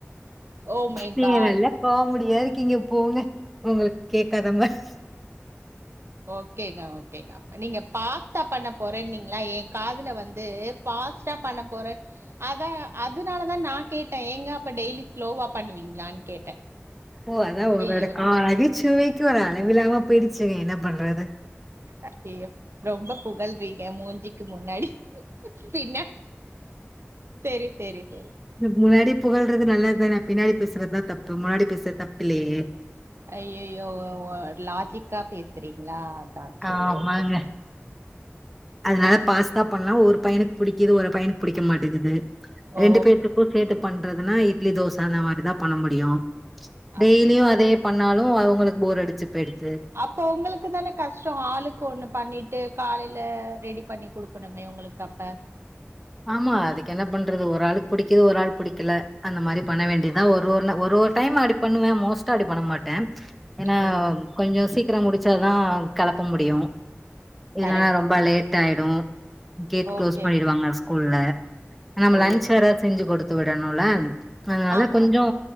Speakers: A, on the right; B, in the centre.
A: ஓ மை
B: நீங்க
A: காட்
B: நல்லா காமெடியா இருக்கீங்க போங்க உங்களுக்கு கேக்காத மாதிரி
A: ஓகேங்கா ஓகேங்கா நீங்க பாஸ்தா பண்ண போறோன்னிங்களா என் காதுல வந்து ஃபாஸ்ட் பண்ண போறோ அதா அதுனாலதா நா கேட்டே ஏங்க அப்ப டெய்லி ஸ்லோவா பண்ணுவீங்களான்னு கேட்டே
B: ஓ அதா ஒரு
A: ஐயோ
B: வேர்டு ஆ நகைசுவைக்கு ஒரு அளவிலாம போயிடுச்சுங்க என்ன பண்றது
A: ஆ ஐய்யய்யோ ரொம்ப புகல்றீங்க மூஞ்சுக்கு முன்னாடி பின்ன செரி செரி செரி
B: இந்த முன்னாடி புகழ்றது நல்லதான பின்னாடி பேசுறதுத்தா தப்பு முன்னாடி பேசறது தப்புல்லியே
A: ஐய்யய்யோ லாஜிக்கா பேசுறீங்களா அதான் சரி
B: ஆ
A: ஓகே
B: மாங்க அதனால பாஸ்தா பண்லா ஒரு பையனுக்கு பிடிக்குது ஒரு பையனுக்கு பிடிக்க மாட்டேகிது
A: ஓ
B: ரெண்டு பேத்தக்கூ சேர்த்து பண்றத்துன்னா இட்லி தோச அந்த மாரிதா பண்ண முடியூ
A: அப்படி
B: டெய்லியூ அதே பண்ணாலூ அவங்களுக்கு போர் அடிச்சு போயிடுச்சு
A: அப்போ உங்களுக்கு தானே கஷ்டோ ஆளுக்கு ஒன்னு பண்ணிட்டு காலையில ரெடி பண்ணி கொடுக் கனுமே உங்களுக்கு அப்ப
B: ஆமா அதுக்கு என்ன பண்றது ஒரு ஆளுக்கு பிடிக்குது ஒரு ஆள் பிடிக்கல அந்த மாரி பண்ண வேண்டியத்தா ஒரு ஒருன்ன ஒரு ஒரு டைம் அப்டி பண்ணுவே மோஸ்ட்டா அப்டி பண்ண மாட்டே ஏன்னா
A: ஓ
B: கொஞ்சொ சீக்கிரம் முடிச்சா தா கெலப்ப முடியூ இல்ன்னா
A: கரெக்ட்
B: ரொம்ப
A: தான்
B: லேட் ஆயிடும் கேட்
A: ஓகே
B: கு்ளோஸ் பண்ணிடுவாங்க
A: ஓகே
B: ஸ் கூல்ல நம்ம
A: ஓ
B: லன்ச் வேரா செஞ்சு கொடுத்து விடணுன்ல அதனால
A: ஆமா
B: கொஞ்சொ
A: ஆமா